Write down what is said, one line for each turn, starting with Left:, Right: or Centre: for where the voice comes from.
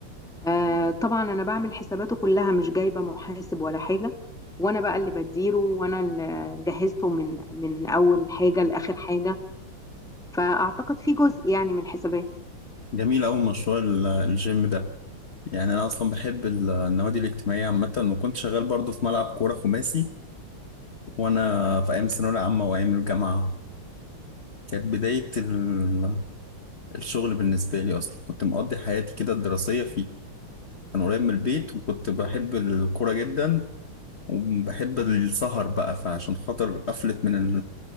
Centre: آه طبعا انا بعمل حساباته كلها مش جايبه محاسب ولا حاجه وانا بقى اللي بديره وانا اللي جهزته من من اول حاجه لاخر حاجه فاعتقد في جزء يعني من الحسابات
Left: جميل أوي مشروع ال- الجيم ده يعني أنا أصلا بحب ال- النوادي الاجتماعية عامة وكنت شغال برضو في ملعب كورة خماسي وأنا في أيام الثانوية العامة وأيام الجامعة كانت بداية ال- الشغل بالنسبة لي أصلا كنت مقضي حياتي كده الدراسية فيه كان قريب من البيت وكنت بحب الكورة جدا وبحب السهر بقى فعشان خاطر قفلت من